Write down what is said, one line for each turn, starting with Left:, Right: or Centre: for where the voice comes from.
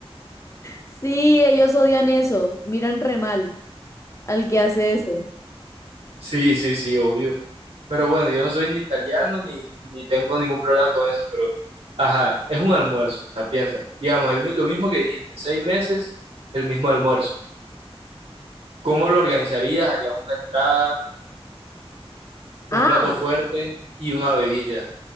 Left: Sí, ellos odian eso, miran re mal al que hace eso.
Right: sí, sí, sí, obvio. Pero bueno, yo no soy ni italiano ni, ni tengo ningún problema con eso, pero ajá, es un almuerzo, o sea, piénsalo. Digamos, el mi- lo mismo que dijiste, seis meses, el mismo almuerzo. ¿Cómo lo organizarías? ¿Harías una entrada, un
Left: Ah,
Right: plato fuerte y una bebida?